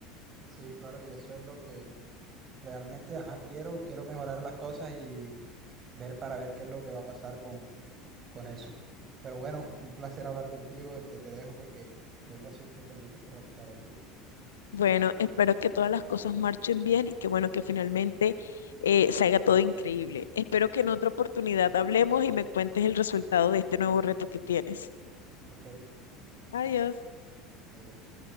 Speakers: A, on the right; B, on the left.
A: Sí, claro, y eso es lo que realmente, ajá, quiero, quiero mejorar las cosas y ver para ver qué es lo que va a pasar con, con eso. Pero bueno, un placer hablar contigo. Este, te dejo porque tengo asuntos pendientes por realizar, ¿oíste?
B: Bueno, espero que todas las cosas marchen bien y que bueno, que finalmente eh, salga todo increíble. Espero que en otra oportunidad hablemos y me cuentes el resultado de este nuevo reto que tienes.
A: Ok,
B: Adiós.
A: adiós.